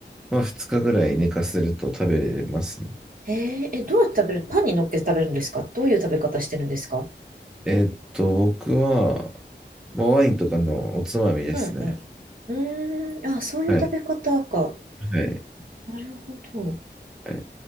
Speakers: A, in the centre; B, on the right.
A: まあ、2日ぐらい寝かせると食べれますね。
B: へえ、え、どうやって食べるパンに乗っけて食べるんですかどういう食べ方してるんですか
A: えーっと、僕は、まあ、ワインとかのおつまみですね。
B: うんうん。うーん、あ、そういう食べ方か。
A: はい、はい、
B: なるほど。
A: はい。